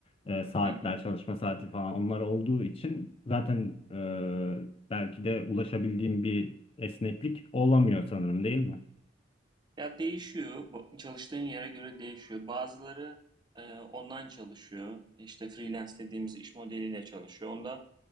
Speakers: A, on the left; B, on the right.
A: e, saatler,
B: Hı hı.
A: çalışma saati falan onlar olduğu için zaten e, belki de ulaşabildiğim bir esneklik olamıyor sanırım değil mi?
B: Ya değişiyor. Bu- Çalıştığın yere göre değişiyor. Bazıları e, online çalışıyor. İşte freelance dediğimiz iş modeliyle çalışıyor. Onda